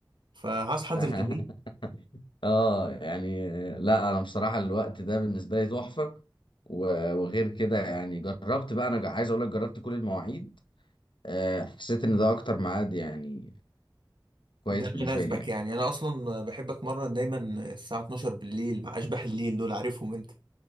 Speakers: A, on the right (about 75°); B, on the left (about 85°).
A: فهصحى
B: <laughs>
A: انزل التمرين
B: اه يعني آه، لا انا بصراحة الوقت ده بالنسبة لي تحفة و- وغير كده يعني جربت بقى انا عايز اقول لك جربت كل المواعيد آه، حسيت ان ده اكتر ميعاد يعني كويس
A: ده
B: بالنسبة
A: يناسبك
B: لي يعني
A: يعني انا اصلا بحب اتمرن دايما الساعه 12 بالليل مع اشباح الليل دول عارفهم انت